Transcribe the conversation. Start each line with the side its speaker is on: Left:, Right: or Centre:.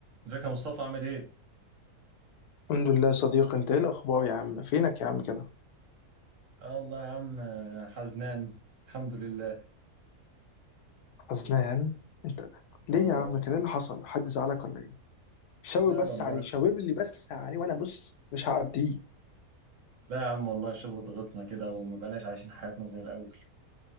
Right: ازيك يا مصطفى عامل ايه؟
Left: الحمد لله يا صديقي انت ايه الاخبار يا عم فينك يا عم كده
Right: اه والله يا عم آه، حزنان الحمد لله
Left: حزنان انت ليه
Right: آه
Left: يا عم كده ايه اللي حصل حد زعلك ولا ايه شاور
Right: لا
Left: بس
Right: والله
Left: عليه شاور لي بس عليه وانا بص مش هعديه
Right: لا يا عم والله الشغل ضغطنا كده وما بقناش عايشين حياتنا زي الاول